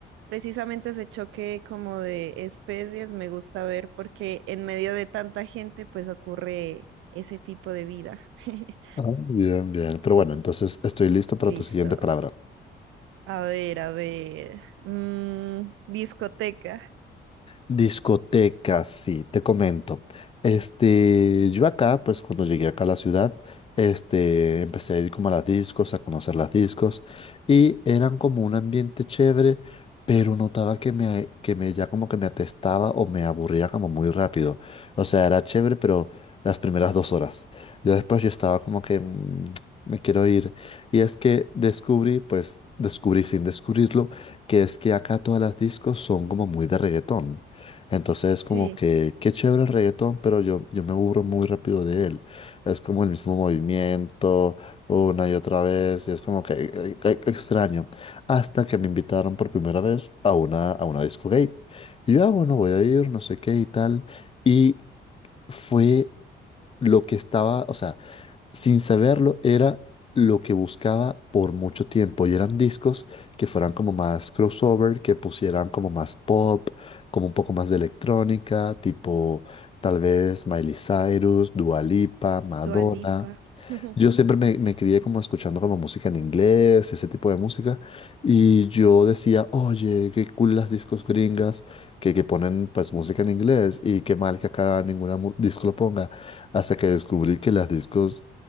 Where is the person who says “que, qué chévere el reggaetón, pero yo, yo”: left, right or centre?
Left